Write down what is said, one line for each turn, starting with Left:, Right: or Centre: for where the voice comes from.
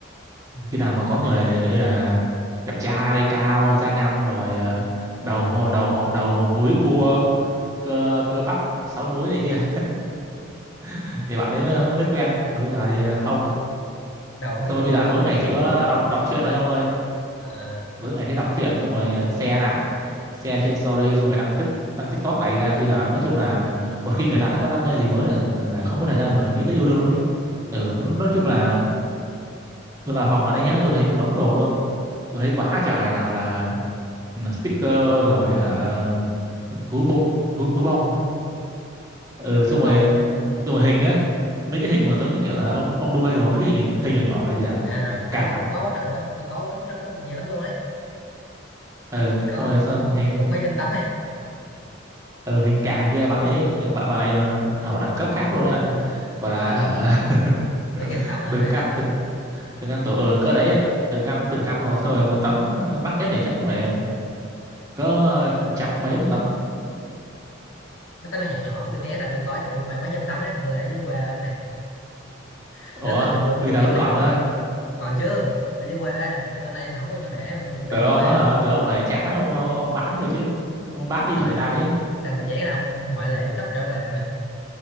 Left: ừ,
Right: khi nào mà có
Left: bạn
Right: người kiểu như là đẹp trai cao da ngăm rồi ờ, đầu
Left: à,
Right: hò- đầu họ đầu húi cua cơ cơ bắp sáu múi này kia <laughs> thì bạn ấy mới mới mới quen còn bây giờ thì không
Left: đầu húi
Right: xong rồi
Left: cua
Right: bây giờ tối
Left: cua bắp
Right: ngày
Left: sáu
Right: chỉ có
Left: muối á.
Right: đọc đọc truyện thôi ông ơi
Left: à, à,
Right: tối ngày thấy đọc truyện xong rồi ờ, share lại share trên story xong rồi đăng tiếp đăng TikTok đầy ra bây giờ nói chung là một khi người ta đã có đam mê gì mới là là không có thời gian mà nghĩ tới yêu đương luôn ấy ừ, nói chung là tôi vào phòng mà đấy nhá tôi thấy một đống đồ luôn tôi thấy quá trời nào là ừ, sticker rồi hả thú bông thú, thú bông ừ,
Left: gấu
Right: xong
Left: bông
Right: rồi
Left: á. ừ.
Right: xong rồi hình á mấy cái hình mà giống như kiểu là ông ông đu idol mấy cái hình hình nhỏ nhỏ gọi là gì à
Left: à rồi hồi
Right: cạc
Left: đó tôi
Right: à
Left: có quá trời luôn ấy tôi có quánh lắm, lắm nhiều lắm luôn đấy
Right: ừ,
Left: tôi có
Right: xong rồi sao
Left: um,
Right: hình
Left: cái cũng mấy trăm tấm ấy
Right: ừ hình cà kia bạn ấy kiểu bạn bạn này
Left: ừ.
Right: còn ở một đẳng cấp khác luôn đấy bạn ấy. gọi là hả,
Left: mấy nghìn
Right: <laughs>
Left: tấm hả
Right: từng
Left: hay
Right: căn
Left: sao
Right: từng từng căn tổ ờ cỡ đấy á. từng căn
Left: à,
Right: từng căn một xong rồi một tấm ờ, mắc nhất thì chắc cũng phải cỡ ờ, trăm mấy một tấm
Left: Mấy tấm áo nhỏ nhỏ của BTS là tôi có chắc cũng khoảng mấy trăm tấm ấy mà tôi để dưới quê đây. <laughs>
Right: ủa
Left: để tôi đu cũng
Right: bây giờ
Left: ác
Right: vẫn
Left: liệt
Right: còn
Left: lắm
Right: nữa
Left: không còn chứ ở dưới quê ấy, à, tôi đây tôi không có chỗ để nên tôi cũng để
Right: tưởng
Left: dưới
Right: ông
Left: quê
Right: á hả tưởng ông phải trả ông ông bán rồi chứ ông bán đi
Left: trời
Right: cho người ta chứ
Left: sao mà chán ông ngoại lệ tôi sắp trở về mà